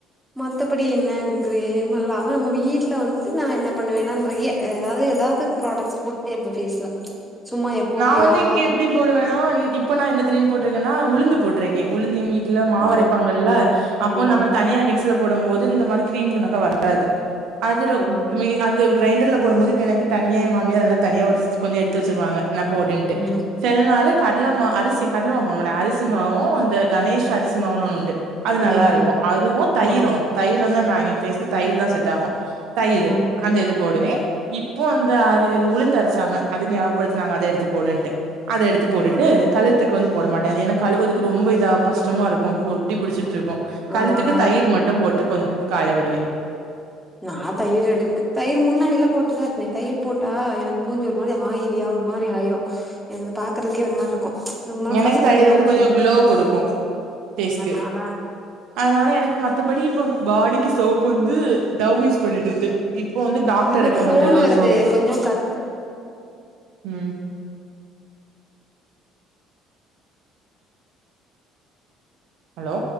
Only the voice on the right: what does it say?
நா
வந்து இங்க எப்டி போடுவேன்னா இப்ப நா என்ன திடீனு போட்ருக்கேன்னா உளுந்து போட்ருக்கே உளுந்து எங்க வீட் வீட்ல மாவரைப்பாங்கல்ல
அப்போ
நம்ம தனியா மிக்சில போடும் போது இந்த மாரி க்ரீம் கணக்கா வராது அதுல
மே அந்த கிரைண்டர்ல போடும் போது இப்ப எனக்கு தனியே எ மாமியார் எல்லா தனியா ஒரு ஸ் கொஞ்சோ எடுத்து வச்ருவாங்க நா போடுன்டு
செலநாளு கடலமா அரிசி கட்லமாவு போட மாட்டே அரிசி மாவூ அந்த கணேஷ் அரிசி மாவுன்னு ஒன்னு உண்டு அது
நல்லாருக்கூ
அதுவு தயிரு
தயிருந்தா நா ஏ ஃபேஸ்க்கு தயிர் தா செட் ஆகு தயிரு
அந்த இது போடுவே இப்போ அந்த அ உளுந்து அரச்சாங்க அது நா நாங்க அத எடுத்து போடுன்ட்டு அத எடுத்து போட்டுட்டு
கழுத் கழுத்துக்கு வந்து போட மாட்டே அது ஏன்னா கழுவதுக்கு ரொம்ப இதா கஷ்டமா இருக்கூ ஒட்டி புடிச்சிட்ருக்கூ கழுத்துக்கு
தயிர் மட்டு போட்டு கொங்ச காய விடுவே
எனக்கு
தயிர்
வந்து
கொஞ்சோ
குளோ
கொடுக்கு பேஸ்க்கு
அதனால எனக்கு மத்தபடி இப்போ பாடிக்கு சோப் வந்து டவ் யூஸ் பண்ணிட்டு இருந்தேன் இப்போ வந்து டாக்டர்
ரெக்க
மென்டர் எதோ ஒரு
சோப்பு
ம் ஹலோ